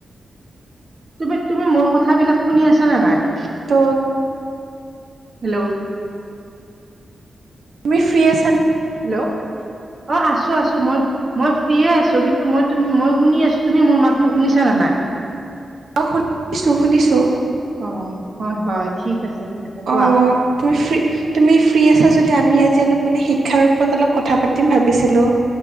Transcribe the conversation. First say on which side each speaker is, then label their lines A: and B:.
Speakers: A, on the right; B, on the right.
A: তুমি তুমি মোৰ কথাবিলাক শুনি আছা নে নাই।
B: তোত।
A: হেল্ল'।
B: তুমি ফ্ৰী আছা নে।
A: হেল্ল, ' অ আছো, আছো মই। মই ফ্ৰিয়ে আছো কিন্তু মই মই শুনি আছো তুমি মোৰ মাতটো শুনিছা নে নাই।
B: অ শুনিছো শুনিছো।
A: অ হয়, হয় ঠিক আছে, ঠিক আছে, কোৱা।
B: অ তুমি ফ্ৰী। তুমি ফ্ৰী আছা যদি আমি আজি অলপ মানে শিক্ষাৰ ওপৰত অলপ কথা পাতিম ভাবিছিলোঁ।